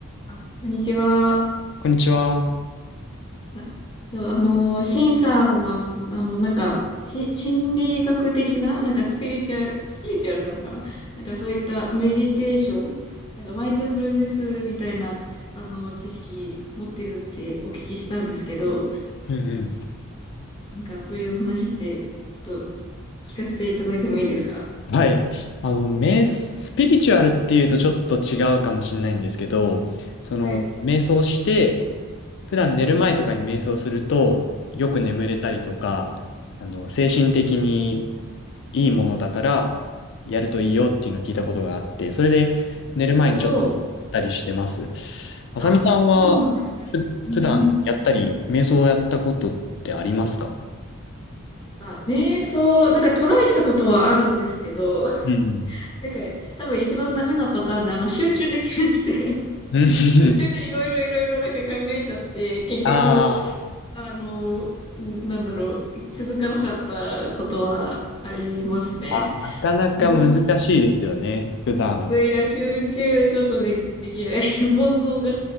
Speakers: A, on the left (about 20°); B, on the left (about 55°).
A: あ、こんにちは。
B: こんにちは。
A: あそう、あのー、シンさんは、その、あの、なんか、し、心理学的な、なんかスピリチュアル、スピリチュアルなのかななんかそういったメディテーション、なんかマインドフルネスみたいな、あの、知識持ってるってお聞きしたんですけど、
B: うんう
A: なんかそういう話って、ちょっと聞かせていただいてもいいですか
B: ん。はい。あの、瞑、スピリチュアルっていうとちょっと違うかもしれないんですけど、その、
A: はい。
B: 瞑想して、普段寝る前とかに瞑想すると、
A: うんな
B: よく眠れたりとか、あの、精神的にいいものだから、やるといいよっていうのを聞いたことがあって、それで寝る前にちょっとやったりしてます。
A: るほど。
B: あさみさんは、
A: あ、そうなんですね。
B: ふ、
A: うんうん。
B: 普段やったり、瞑想をやったことってありますか
A: なんか、瞑想、なんかトライしたことはあるんですけど、
B: うん。
A: なんか、多分一番ダメなパターンで、あの、集中できなくて、<laughs>
B: うん。
A: 途中でいろいろいろいろなんか考えちゃって、結局、
B: <laughs> ああ。
A: あの、んなんだろう、続かなかったことはありますね。
B: あ、なかなか難しいですよね、
A: <laughs>
B: 普段。
A: いや、集中ちょっとで、できない。<laughs> 煩悩が。